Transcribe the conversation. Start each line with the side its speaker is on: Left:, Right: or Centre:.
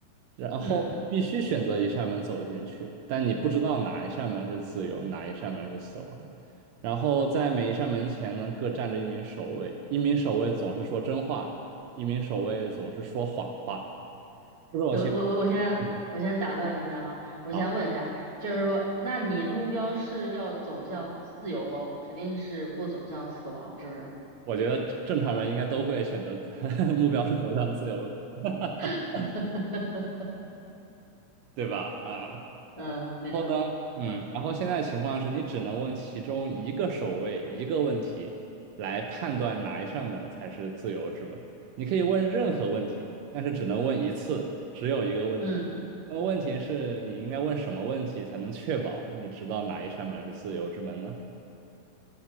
Right: 然后必须选择一扇门走进去，
Left: 嗯，
Right: 但你不知道哪一扇门是自由，哪一扇门是死亡。然后在每一扇门前呢，各站着一名守卫，一名守卫总是说真话，一名守卫总是说谎话。这种情
Left: 我我我我先我先打断你一下啊，
Right: 嗯，
Left: 我先问一下，
Right: 啊，
Left: 就是说，那你的目标是要走向自由喽，肯定是不走向死亡，是不是？
Right: 我觉得正常人应该都会选择 <laughs> 目标是走向自由，<laughs>
Left: <laughs>
Right: 对吧？啊，然
Left: 嗯，你说，
Right: 后呢，嗯，
Left: 嗯
Right: 然后现在情况是你只能问其中一个守卫一个问题来判断哪一扇门才是自由之门。你可以问任何问题，但是只能问一次，只有一个问题。
Left: 嗯，
Right: 那么问题是你应该问什么问题才能确保你知道哪一扇门是自由之门呢？